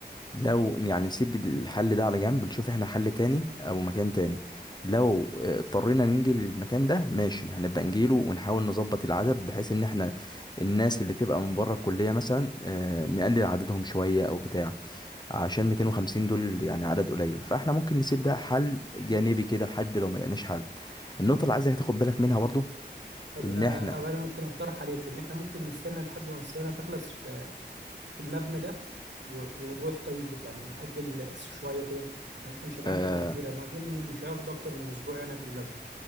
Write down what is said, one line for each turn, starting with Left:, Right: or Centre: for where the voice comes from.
Left: لو يعني نسيب الحل ده على جنب نشوف احنا حل تاني او مكان تاني لو آه، اضطرينا نيجي للمكان ده ماشي هنبقى نجيله ونحاول نظبط العدد بحيث ان احنا الناس اللي تبقى من بره الكلية مثلا آه، نقلل عددهم شوية او بتاع عشان 250 دول يعني عدد قليل فاحنا ممكن نسيب ده حل جانبي كده لحد لو ما لقيناش حل النقطة اللي عايزك تاخد بالك منها برضو
Right: طب
Left: ان
Right: آه،
Left: احنا
Right: أبقى انا ممكن اقترح عليك ان احنا ممكن نستنى لحد ما الصيانة تخلص في في المبنى ده و- ونروح طيب يعني نأجل شوية كده يعني احنا مش هنأجل
Left: آه،
Right: كتير انا اظن إنه مش هياخد اكتر من اسبوع انا في المبنى